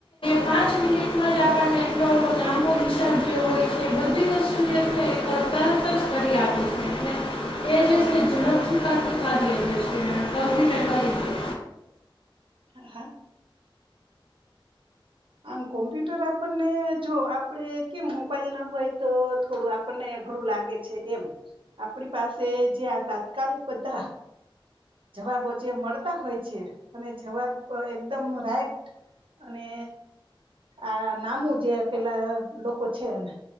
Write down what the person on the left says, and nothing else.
<inaudible> પાંચ મિનિટમાં જ આપણને એટલો લાંબો વિષયો હોય કે બધી વસ્તુ <unintelligible> તરત
જ કરી આપે છે એટલે એ જે ઝડપથી <inaudible>